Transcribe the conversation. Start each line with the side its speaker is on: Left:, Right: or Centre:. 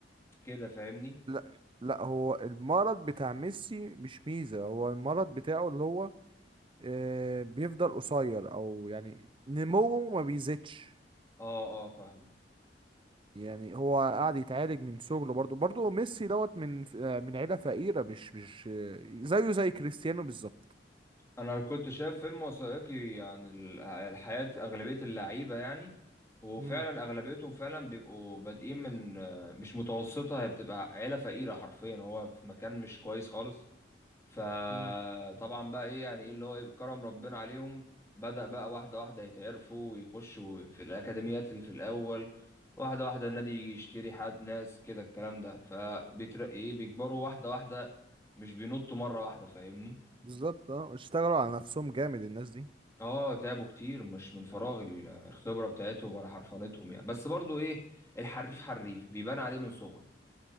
Left: كده فاهمني
Right: لا لا هو المرض بتاع ميسي مش ميزة هو المرض بتاعه اللي هو آه، بيفضل قصير او يعني نموه ما بيزيدش
Left: اه اه فاهم
Right: يعني هو قاعد يتعالج من صغره برضو برضو ميسي دوت من ف- آه، من عيلة فقيرة مش مش آه، زيه زي كريستيانو بالظبط
Left: انا كنت شايف فيلم وثائقي عن ال- الحياة اغلبية اللعيبة يعني وفعلا
Right: مم،
Left: اغلبيتهم فعلا بيبقوا بادئين من آه، مش متوسطة هي بتبقى عيلة فقيرة حرفيا هو في مكان مش كويس خالص فطبعا
Right: مم،
Left: بقى ايه يعني ايه اللي هو إيه كرم ربنا عليهم بدأ بقى واحدة واحدة يتعرفوا ويخشوا في الأكاديميات اللي في الأول واحدة واحدة النادي يجي يشتري حد ناس كده الكلام ده فبيترقي ايه بيكبروا واحدة واحدة مش بينطوا مرة واحدة فاهمني
Right: بالظبط اه اشتغلوا على نفسهم جامد الناس دي
Left: اه تعبوا كتير مش من فراغ ال- الخبرة بتاعتهم ولا حرفنتهم يعني بس برضو ايه الحريف حريف بيبان عليه من صغره